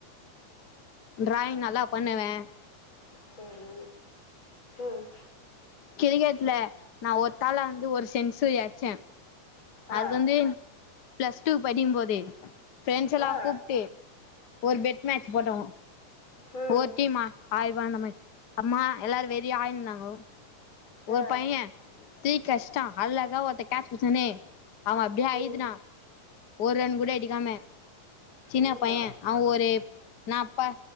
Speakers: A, on the left; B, on the left.
A: டிராயிங் நல்லா பண்ணுவன்
B: செரி உம்
A: கிரிக்கெட்ல நா ஒத்தாலா வந்து ஒரு சென்சுயர் ச்ச
B: ஆ
A: அதுவந்து பிளஸ் டூ படிம்போதே ஃப்ரெண்ட்ஸ் எல்லா
B: ஆ
A: கூப்ட்டு ஒரு பெட் மேட்ச் போட்டோ
B: ம்
A: போத்திமா ஆய் ருவா அந்த மாரி அம்மா எல்லாரு வெறி ஆயிருந்தாங்கோ ஒரு
B: ஆ
A: பைய்ய டீ கஷ்டோ அழகா ஒருத்தன் கேட்ச் புடுச்சொன்னே அவ அப்டியே அயத்துனா
B: ம்
A: ஒரு ரன் கூட எடுக்காம சின்ன
B: ஐயோ
A: பைய அவ ஒரு நா ப